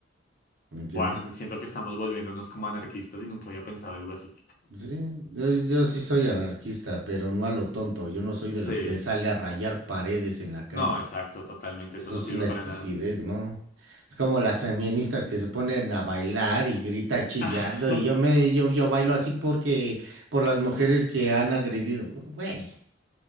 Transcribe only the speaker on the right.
¿Me entiendes?
Sí, yo, yo sí soy anarquista, pero no a lo tonto. Yo no soy
de los que sale a rayar paredes en la calle.
Eso
es
una
estupidez,
¿no? Es como las feministas que se ponen a bailar y grita chillando
y yo me yo yo bailo así porque por las mujeres que han agredido, güey.